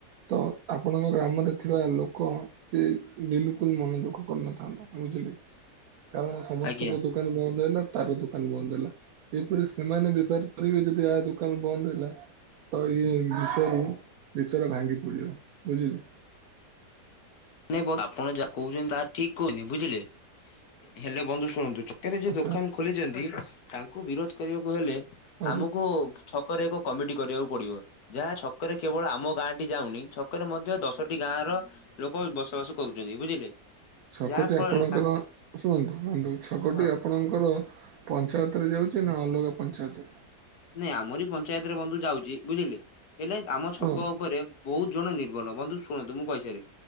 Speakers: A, on the right; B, on the left.
A: ତ ଅ ଆପଣଙ୍କ ଗ୍ରାମରେ ଥିବା ଲୋକ ସେ ବିଲୁକୁଲ୍ ମନ ଦୁଃଖ କରିନଥାନ୍ତା ବୁଝିଲେ। କାରଣ ସମସ୍ତଙ୍କ
B: ଆଜ୍ଞା
A: ଦୋକାନ୍ ବନ୍ଦ୍ ହେଲା ତାର ଦୋକାନ୍ ବନ୍ଦ୍ ହେଲା। ଏପରି ସେମାନେ ବିପାରି କରିବେ ଯଦି ଆ ଦୋକାନ୍ ବନ୍ଦ୍ ହେଲା। ତ ଇଏ ଭିତରୁ ବିଚରା ଭାଙ୍ଗି ପଡ଼ିବ ବୁଝିଲୁ।
B: ନାଇଁ ବ ଆପଣ ଯା କହୁଛନ୍ତି ତାହା ଠିକ୍ କହୁଛନ୍ତି ବୁଝିଲେ। ହେଲେ ବନ୍ଧୁ ଶୁଣନ୍ତୁ, ଚୁ କରେ ଯେ
A: ଆଚ୍ଛା
B: ଦୋକାନ୍ ଖୋଲିଛନ୍ତି ତାଙ୍କୁ ବିରୋଧ୍ କରିବାକୁ ହେଲେ
A: ଆଚ୍ଛା
B: ଆମକୁ ଛ ଛକରେ ଏକ କମିଟି କରିବାକୁ ପଡିବ, ଯାହା ଛକରେ କେବଳ ଆମ ଗାଁ ଟି ଯାଉନି ଛକରେ ମଧ୍ୟ ଦଶ୍ ଟି ଗାଁ ର ଲୋକ ବସବାସ କରୁଛନ୍ତି ବୁଝିଲେ।
A: ଛକୋଟି
B: ଯାହା ଫଳରେ
A: ଆପଣଙ୍କର
B: ତାଙ୍କ
A: ଶୁଣନ୍ତୁ ମୁନ୍ତୁ ଛକୋଟି
B: ହଁ
A: ଆପ୍ ପଣଙ୍କର ପଞ୍ଚାୟତରେ ଯାଉଛି ନା ଅଲଗା ପଞ୍ଚାୟତରେ?
B: ନାଇଁ ଆମରି ପଞ୍ଚାୟତରେ ବନ୍ଧୁ ଯାଉଛି ବୁଝିଲେ ହେଲେ ଆମ
A: ଶୁଣନ୍ତୁ
B: ଛକ ଉପରେ ବହୁତ୍ ଜଣ ନିର୍ଭର ବନ୍ଧୁ ଶୁଣନ୍ତୁ ମୁଁ କହିସାରେ।